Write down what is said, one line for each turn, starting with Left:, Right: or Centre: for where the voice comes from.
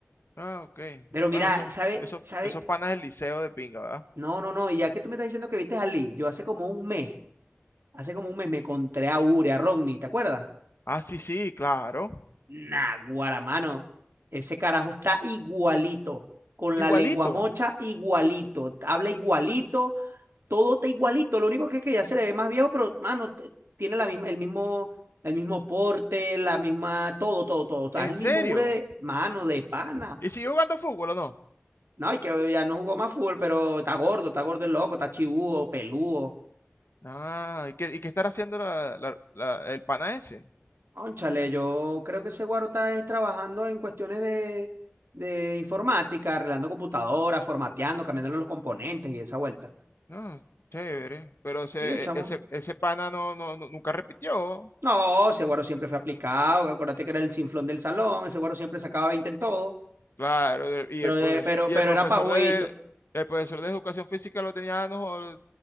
Left: ah, ok.
Right: Pero
Left: Bueno,
Right: mira,
Left: eso,
Right: ¿sabe?
Left: eso,
Right: ¿Sabe?
Left: esos panas del liceo de pinga, ¿verdad?
Right: No, no, no, y ya que tú me estás diciendo que viste a Lee, yo hace como un mes, hace como un mes me encontré a Ure, a Ronnie, ¿te acuerdas?
Left: Ah, sí, sí, claro.
Right: Nah, guaramano. Ese carajo está igualito, con la
Left: Igualito,
Right: lengua mocha igualito, habla igualito, todo está igualito. Lo único que es que ya se le ve más viejo, pero, mano, t- tiene la misma, el mismo, el mismo porte, la misma, todo, todo, todo. O sea,
Left: en
Right: es el
Left: serio.
Right: mismo ure de mano, de pana.
Left: ¿Y siguió jugando fútbol o no?
Right: No, y que ya no jugó más fútbol, pero está gordo, está gordo el loco, está chibúo, peludo.
Left: Ah, ¿y qué, y qué estará haciendo la- la- la- el pana ese?
Right: Cónchale, yo creo que ese guaro está es trabajando en cuestiones de, de informática, arreglando computadoras, formateando, cambiándole los componentes y esa vuelta.
Left: No, chévere. Pero ese,
Right: Y el chamo,
Left: e- ese, ese pana no, no, no- nunca repitió.
Right: no, ese guaro siempre fue aplicado, acuérdate que era el sinflón del salón, ese guaro siempre sacaba 20 en todo,
Left: Claro, y
Right: pero,
Left: el, profes-
Right: e- pero,
Left: y
Right: pero
Left: el profesor
Right: era pajuito.
Left: de el profesor de educación física lo tenía, nos